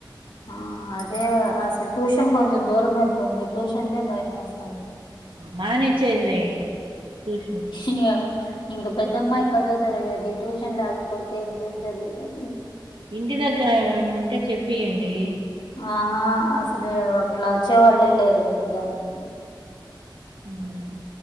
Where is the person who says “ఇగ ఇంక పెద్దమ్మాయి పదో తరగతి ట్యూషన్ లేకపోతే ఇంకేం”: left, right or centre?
Left